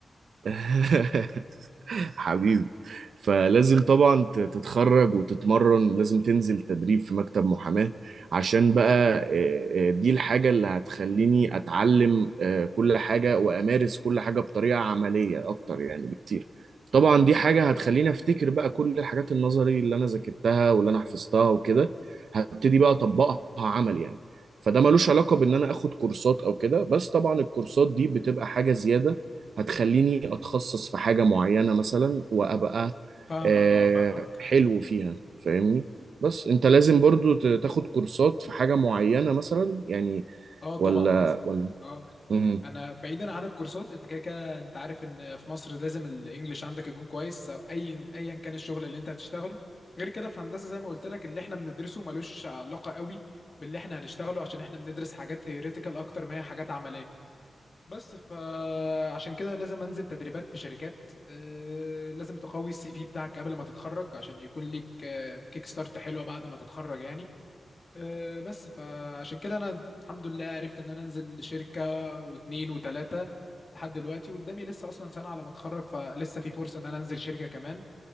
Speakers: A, on the right; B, on the left.
A: <laughs> <laughs> حبيبي فلازم طبعا ت- تتخرج وتتمرن لازم تنزل تدريب في مكتب محاماة عشان بقى آه، آه، دي الحاجة اللي هتخليني أتعلم آه، كل حاجة وأمارس كل حاجة بطريقة عملية أكتر يعني بكتير طبعا دي حاجة هتخليني أفتكر بقى كل الحاجات النظري اللي أنا ذاكرتها واللي أنا حفظتها وكده هبتدي بقى أطبقها عمل يعني فده ملوش علاقة بإن أنا آخد كورسات أو كده بس طبعا الكورسات دي بتبقى حاجة زيادة هتخليني اتخصص في حاجة معينة مثلا وابقى
B: فاهمك
A: آه،
B: اه فاهمك
A: حلو فيها فاهمني بس انت لازم برضو ت- تاخد كورسات في حاجة معينة مثلا يعني
B: اه طبعا
A: ولا
B: لازم
A: ولا
B: اه
A: مم.
B: انا بعيدا عن الكورسات انت كده كده انت عارف ان في مصر لازم الانجليش عندك يكون كويس سواء اي ايا كان الشغل اللي انت هتشتغله غير كده في هندسه زي ما قلت لك اللي احنا بندرسه ملوش علاقه قوي باللي احنا هنشتغله عشان احنا بندرس حاجات ثيوريتيكال اكتر ما هي حاجات عمليه بس فعشان كده لازم انزل تدريبات في شركات آه، لازم تقوي السي في بتاعك قبل ما تتخرج عشان يكون ليك آه، كيك ستارت حلوه بعد ما تتخرج يعني آه، بس فعشان كده انا الحمد لله عرفت ان انا انزل شركة واتنين وتلاتة لحد دلوقتي وقدامي لسه اصلا سنة على ما اتخرج فلسه في فرصة ان انا انزل شركة كمان